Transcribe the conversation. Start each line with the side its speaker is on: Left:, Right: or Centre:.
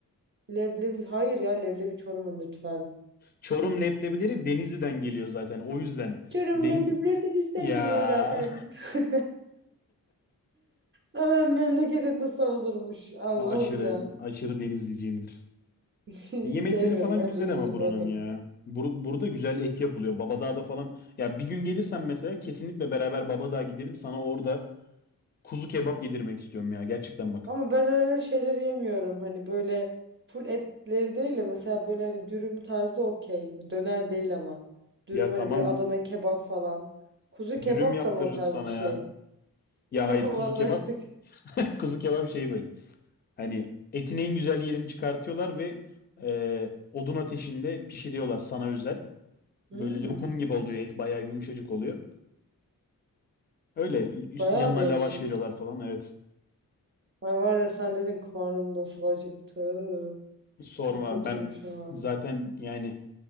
Right: Leblebi hayır ya leblebi Çorum'un lütfen.
Left: Çorum leblebileri Denizli'den geliyor zaten. O yüzden
Right: Çorum
Left: deniz
Right: leblebileri de bizden
Left: ya
Right: geliyor zaten. <laughs> Hemen memleketinde savunurmuş.
Left: <laughs>
Right: Allah'ım
Left: aşırı
Right: ya.
Left: aşırı denizliciyimdir.
Right: <laughs> Hiç
Left: E, Yemekleri
Right: sevmiyorum
Left: falan
Right: ben
Left: güzel
Right: Deniz'i
Left: ama buranın
Right: burada.
Left: ya. Bur- burada güzel et yapılıyor. Babadağ'da falan. Ya bir gün gelirsen mesela kesinlikle beraber Babadağ'a gidelim. Sana orada kuzu kebap yedirmek istiyorum ya. Gerçekten bak.
Right: Ama ben öyle şeyler yemiyorum. Hani böyle full etleri değil de mesela böyle hani dürüm tarzı okey. Döner değil ama. Dürüm
Left: Ya
Right: hani
Left: tamam
Right: böyle Adana kebap falan. Kuzu kebap
Left: dürüm yaptırırız
Right: da mı o tarz
Left: sana
Right: bir şey?
Left: ya.
Right: <laughs>
Left: Ya
Right: Tamam
Left: hayır kuzu
Right: anlaştık.
Left: kebap. <laughs> Kuzu kebap şey böyle. Hani etin en güzel yerini çıkartıyorlar ve e, odun ateşinde pişiriyorlar sana özel.
Right: Hmm,
Left: Böyle lokum gibi oluyor et. Bayağı yumuşacık oluyor. Öyle üst-
Right: bayağı
Left: yanına
Right: değişik.
Left: lavaş veriyorlar falan. Evet.
Right: Ay var ya sen dedin karnım nasıl acıktı.
Left: Sorma
Right: Çok kötüyüm
Left: ben
Right: şu an.
Left: zaten yani